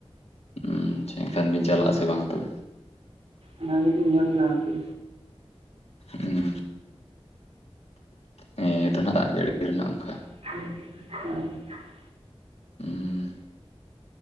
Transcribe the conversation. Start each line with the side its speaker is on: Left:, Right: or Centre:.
Left: ᱦᱮᱸ ᱮᱱᱠᱷᱟᱱ ᱵᱤᱱ ᱪᱟᱞᱟᱜ ᱟᱥᱮ ᱵᱟᱝ ᱛᱚᱵᱮ?
Right: ᱚᱱᱟ ᱜᱮᱞᱮᱧ ᱧᱮᱞ ᱮᱫᱟ ᱦᱟᱯᱮ
Left: ᱦᱩᱸ ᱦᱮᱸ ᱛᱚ ᱱᱟᱜ ᱫᱟᱜ ᱡᱟᱹᱲᱤ ᱨᱮᱱᱟᱜ ᱚᱱᱠᱟ
Right: <inaudible>
Left: ᱦᱩᱸ